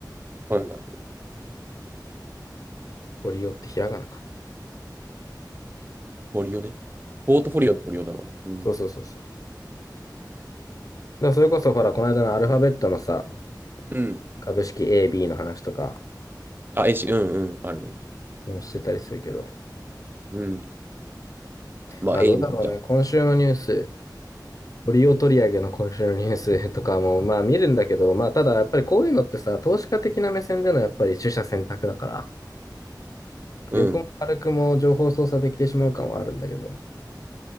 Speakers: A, on the right; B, on the left.
A: はいはい。
B: フォリオってひらがなか。
A: 堀尾ね。ポートフォリオって堀尾だろうな。うん。
B: そうそうそうそう。だからそれこそほら、この間のアルファベットのさ、
A: うん。
B: 株式 A、B の話とか
A: あ、A し、うんうん、あるね。
B: もしてたりするけど、
A: うん。まあ、
B: まあどうだろうね。
A: A でいいじゃん。
B: 今週のニュース、利リオ取り上げの今週のニュースとかも、まあ見るんだけど、まあただやっぱりこういうのってさ、投資家的な目線でのやっぱり取捨選択だから、欲も悪くも情報操作できてしまう感はあるんだけど、
A: うん。